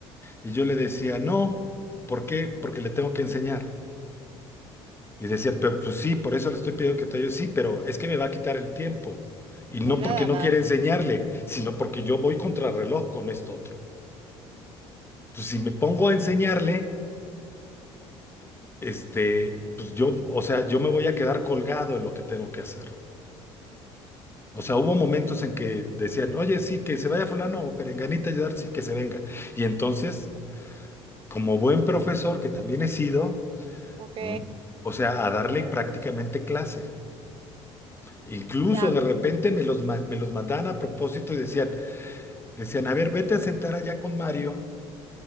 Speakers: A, on the left (about 15°); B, on the right (about 40°).
A: Y yo le decía, no, ¿por qué? Porque le tengo que enseñar. Y decían, pero pues sí, por eso le estoy pidiendo que te ayude. Sí, pero es que me va a quitar el tiempo. Y no
B: Ve nada
A: porque no
B: más.
A: quiera enseñarle, sino porque yo voy contrarreloj con esto otro. Entonces, si me pongo a enseñarle, este, pues yo, o sea, yo me voy a quedar colgado en lo que tengo que hacer. O sea, hubo momentos en que decían, oye, sí, que se vaya fulano o perenganita a ayudar, sí, que se venga. Y entonces, como buen profesor que también he sido,
B: Ok.
A: ¿m? o sea, a darle prácticamente clase. Incluso
B: Ya.
A: de repente me los, ma- me los mandaban a propósito y decían, decían, a ver, vete a sentar allá con Mario,